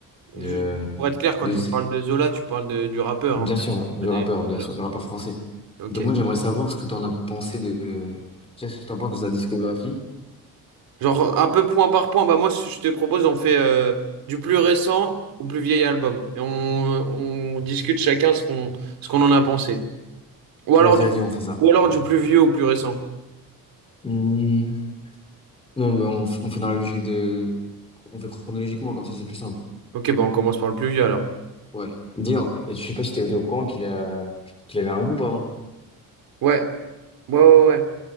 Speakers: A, on the left; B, on the right.
A: de,
B: juste pour être clair, quand
A: de
B: tu
A: ces-
B: me parles de Zola, tu parles de- du rappeur,
A: bien
B: hein, pas
A: sûr, du
B: de
A: rappeur,
B: pas de
A: bien
B: Zola.
A: sûr, du rappeur français.
B: Ok.
A: donc moi, j'aimerais savoir ce que tu en as pensé de, tu sais, ce que t'en penses de sa discographie.
B: Genre un peu point par point. Bah moi, ce que je te propose, on fait euh, du plus récent au plus vieil album et on, on discute chacun ce qu'on ce qu'on en a pensé. Ou alors
A: Vas-y,
B: du,
A: vas-y, on fait ça.
B: ou alors du plus vieux au plus récent.
A: Hmm. Non, mais on, f- on fait dans la logique de, on fait chronologiquement, comme ça, c'est plus simple.
B: Ok, bah on commence par le plus vieux alors.
A: Ouais. Dire, je sais pas si t'étais au courant qu'il a, qu'il avait un groupe avant.
B: Ouais, ouais, ouais, ouais.